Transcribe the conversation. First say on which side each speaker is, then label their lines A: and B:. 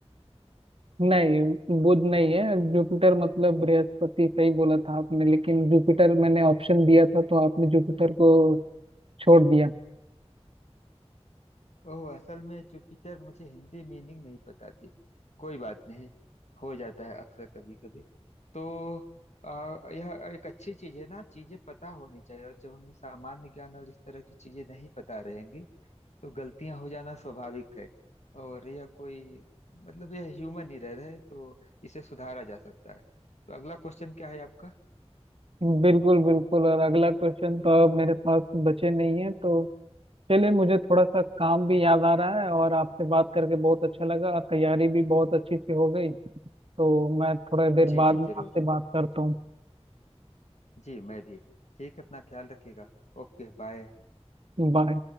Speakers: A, on the right; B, on the left.
A: नहीं बुध नहीं है जुपिटर मतलब बृहस्पति सही बोला था आपने लेकिन जुपिटर मैंने ऑप्शन दिया था तो आपने जुपिटर को छोड़ दिया
B: ओह असल में जुपिटर मुझे हिंदी मीनिंग नहीं पता थी कोई बात नहीं हो जाता है अक्सर कभी कभी तो अ, यह एक अच्छी चीज है ना चीजें पता होनी चाहिए और जब हमें सामान्य ज्ञान और इस तरह की चीजें नहीं पता रहेंगी तो गलतियां हो जाना स्वाभाविक है और यह कोई मतलब यह ह्यूमन एरर है तो इसे सुधारा जा सकता है तो अगला क्वेश्चन क्या है आपका
A: बिल्कुल बिल्कुल और अगला क्वेश्चन तो अब मेरे पास बचे नहीं है तो चलिए मुझे थोड़ा सा काम भी याद आ रहा है और आपसे बात करके बहुत अच्छा लगा और तैयारी भी बहुत अच्छी से हो गई तो मैं थोड़ा देर
B: जी
A: बाद
B: जी
A: में
B: जरूर
A: आपसे बात करता हूँ
B: जी मैं भी ठीक है अपना ख्याल रखिएगा Okay bye
A: बाय